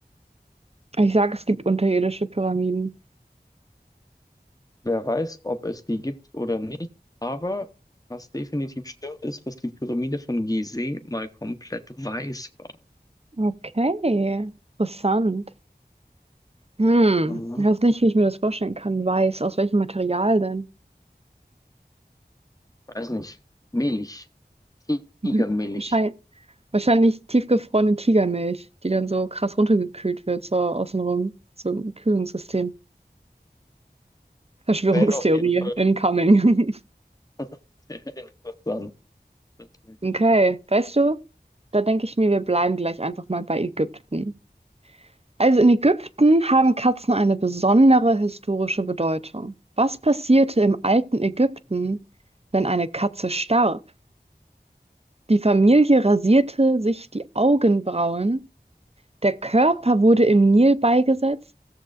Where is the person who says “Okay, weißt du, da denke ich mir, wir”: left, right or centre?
Right